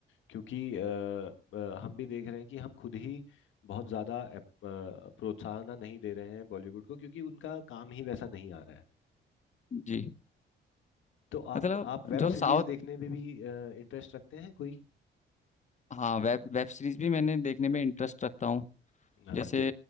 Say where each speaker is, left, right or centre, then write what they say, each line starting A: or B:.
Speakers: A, on the left; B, on the left.
A: क्योंकि अ, अ, हम भी देख रहे हैं कि हम खुद ही बहुत ज्यादा अप- अ, प्रोत्साहन नहीं दे रहे हैं बॉलीवुड को क्योंकि उनका काम ही वैसा नहीं आ रहा है
B: जी
A: तो आप
B: मतलब
A: आप वेब
B: जो
A: सीरीज
B: साउथ
A: देखने में भी इंटरेस्ट रखते हैं कोई
B: हाँ वेब वेब सीरीज भी मैंने देखने में इंटरेस्ट रखता हूँ
A: अ,
B: जैसे
A: जे-